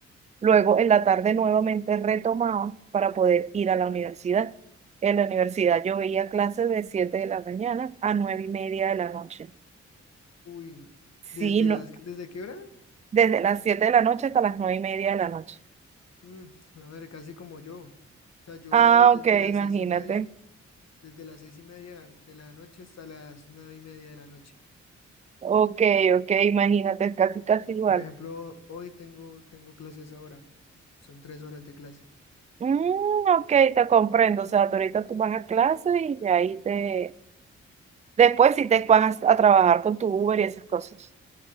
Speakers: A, on the right; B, on the left.
A: Luego en la tarde nuevamente retomaba para poder ir a la universidad. En la universidad yo veía clases de 7 de la mañana a 9 y media de la noche.
B: Uy,
A: Sí,
B: ¿desde
A: no,
B: las, desde qué hora?
A: desde las 7 de la noche hasta las 9 y media de la noche.
B: Mm, jue madre, casi como yo. O sea, yo
A: Ah,
B: veo desde
A: ok,
B: las
A: imagínate.
B: seis y media, desde las seis y media de la de la noche hasta las nueve y media de la noche.
A: Ok, ok, imagínate, es casi, casi igual.
B: Por ejemplo, hoy tengo, tengo clases ahora. Son tres horas de clase.
A: Mm, ok, te comprendo. O sea, tú ahorita tú vas a clase y ya ahí te... Después sí te vas a, trabajar con tu Uber y esas cosas.